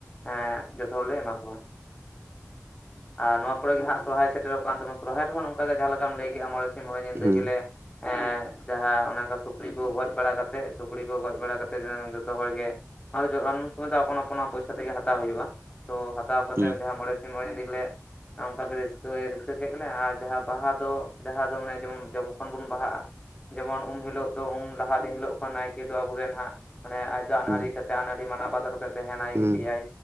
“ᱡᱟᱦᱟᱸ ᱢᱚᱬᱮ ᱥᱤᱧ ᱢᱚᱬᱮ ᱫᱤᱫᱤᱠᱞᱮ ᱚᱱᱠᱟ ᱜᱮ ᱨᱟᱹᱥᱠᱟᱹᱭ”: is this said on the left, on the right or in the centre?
Left